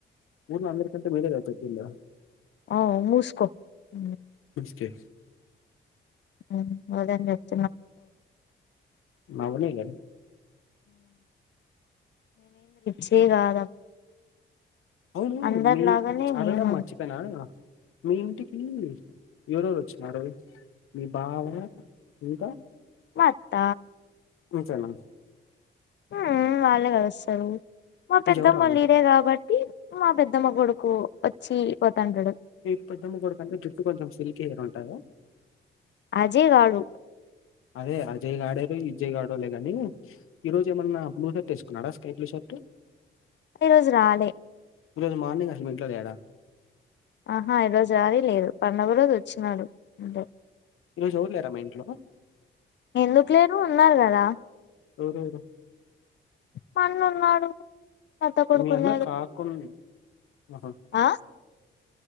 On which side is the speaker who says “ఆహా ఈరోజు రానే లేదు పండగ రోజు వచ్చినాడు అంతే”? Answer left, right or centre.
Left